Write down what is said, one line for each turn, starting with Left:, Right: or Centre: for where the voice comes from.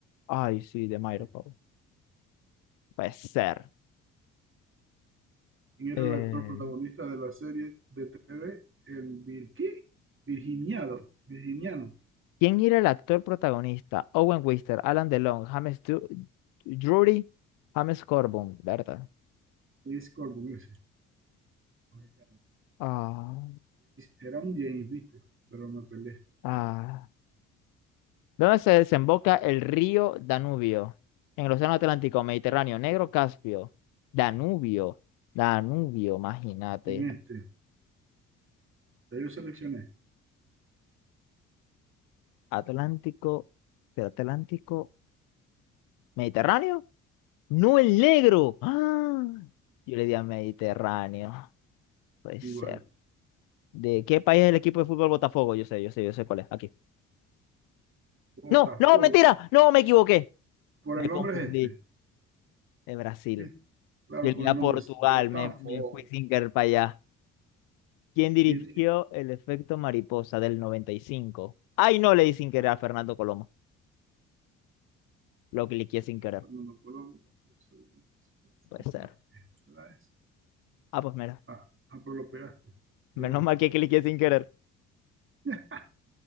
Left: Ay, sí, de Mairo
Right: Sí.
Left: Pablo. Puede ser.
Right: ¿Quién era
Left: Eh,
Right: el actor protagonista de la serie de TV? El Virqui, Virginiado, Virginiano,
Left: ¿quién era el actor protagonista? Owen Wister, Alan DeLong, James Du- Drury, James Corbin, ¿verdad?
Right: de Scorpion, Jace,
Left: Ah,
Right: Era un James, viste, pero me peleé.
Left: ah. ¿Dónde se desemboca el río Danubio? En el Océano Atlántico, Mediterráneo, Negro, Caspio. Danubio, Danubio, imagínate.
Right: En este, ya yo seleccioné.
Left: Atlántico, ¿Del Atlántico, Mediterráneo. No el negro. ¡Ah! Yo le di a Mediterráneo. Puede ser.
Right: Igual,
Left: ¿De qué país es el equipo de fútbol Botafogo? Yo sé, yo sé, yo sé cuál es. Aquí.
Right: Botafogo.
Left: No, no, mentira. No, me equivoqué.
Right: Por
Left: Me
Right: el nombre
Left: confundí.
Right: es este,
Left: De Brasil.
Right: viste. Claro,
Left: Yo le
Right: por
Left: di a
Right: el nombre
Left: Portugal.
Right: es Botafogo.
Left: Me, me fui sin querer para allá. ¿Quién dirigió
Right: ¿Quién diría?
Left: el efecto mariposa del 95? Ay, no, le di sin querer a Fernando Colomo. Lo cliqué
Right: Bueno,
Left: sin querer.
Right: Fernando Colón, José Luis García
Left: Puede ser.
Right: Márquez. ¿Verdad ese?
Left: Ah, pues mira.
Right: Ah, ah, pero lo pegaste.
Left: Menos
Right: Yo no.
Left: mal que cliqué sin querer.
Right: <laughs>